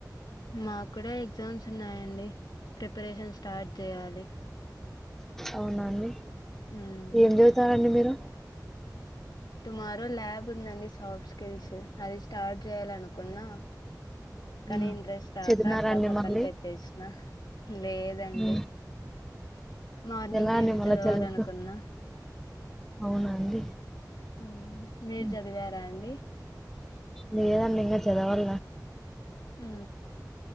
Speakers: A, on the left; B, in the centre.
A: మాకూడా ఎగ్జామ్స్ ఉన్నాయంండి ప్రిపరేషన్స్ స్టార్ట్ చేయాలి
B: అవునాండి
A: ఉమ్
B: ఏం చదుతారంండి మీరు
A: టుమారో ల్యాబ్ ఉందండి సాఫ్ట్ స్కిల్స్ అది స్టార్ట్ చేయాలనుకున్నా కానీ
B: ఉమ్,
A: ఇంట్రెస్ట్ రాక
B: చదివినారండి
A: అట్లా పక్కన
B: మళ్ళీ
A: పెట్టేసిన లేదండి
B: ఉమ్,
A: మార్నింగ్
B: ఎలా
A: లేసి
B: అండి మళ్ళీ
A: చదవాలనుకున్నా
B: చదువుకు అవునా అండి
A: హ మీరు
B: ఉమ్,
A: చదివారా అండి
B: లేదండి ఇంకా చదవాల
A: ఆ